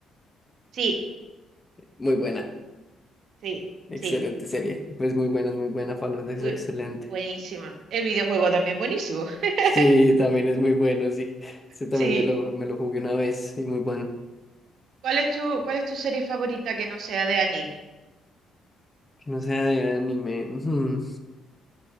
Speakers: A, on the right; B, on the left.
A: Sí,
B: muy buena,
A: sí,
B: excelente
A: sí.
B: serie. Es muy buena, es muy buena, Fallout es
A: Muy,
B: excelente.
A: buenísima. El videojuego también buenísimo. <laughs>
B: Sí, también es muy bueno, sí. Sí, también
A: Sí.
B: me lo, me lo jugué una vez y muy bueno.
A: ¿Cuál es tu, cuál es tu serie favorita que no sea de anime?
B: Que no sea de anime. mm,